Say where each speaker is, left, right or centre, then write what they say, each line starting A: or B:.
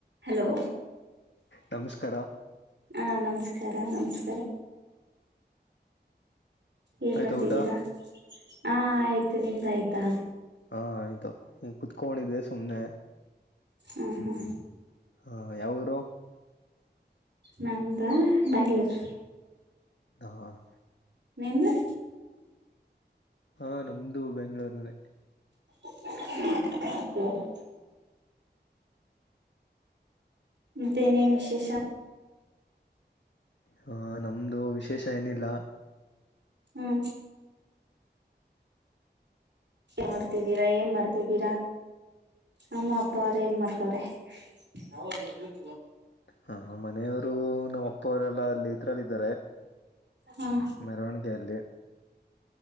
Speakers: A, on the right; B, on the left.
A: Hello.
B: ನಮಸ್ಕಾರ
A: ಹಾ ನಮಸ್ಕಾರ ನಮಸ್. ಏನ್
B: ಆಯ್ತಾ
A: ಮಾಡ್ತಿದ್ದೀರಾ.
B: ಊಟ
A: ಹ್ಮ್ಮ್ ಆಯ್ತು ನಿಮ್ದ ಆಯ್ತಾ.
B: ಹಾ ಆಯ್ತು ಈಗ ಕುತಕೊಂಡಿದೆ ಸುಮ್ನೆ.
A: ಹ್ಮ ಹ್ಮ್ಮ್.
B: ಹ್ಮ್ಮ್ ಯಾವ ಊರು.
A: ನಮ್ದ ಬೆಂಗಳೂರು.
B: ಹ್ಮ್ಮ್.
A: ನಿಮ್ದು.
B: ಹ್ಮ್ಮ್ ನಮ್ದು ಬೆಂಗಳೂರನೆ.
A: <unintelligible> ಮತ್ತೆ ಏನೇನ್ ವಿಶೇಷ
B: ಹ ನಮ್ದು ವಿಶೇಷ ಏನಿಲ್ಲ
A: ಹ್ಮ. ಏನ್ ಮಾಡ್ತಿದ್ದೀರಾ ಏನ್ ಮಾಡ್ತಿದ್ದೀರಾ ಅಮ್ಮ ಅಪ್ಪ ಅವರ ಏನ್ ಮಾಡ್ತ. <unintelligible>
B: ಹ್ಞೂ ಮನೆಯವರು ನಮ್ಮ ಅಪ್ಪರೆ ಎಲ್ಲ. ಅಲ್ಲಿ ಇದರಲ್ಲಿ ಇದಾರೆ
A: ಹ
B: ಮೆರವಣಿಗೆ ಅಲ್ಲಿ.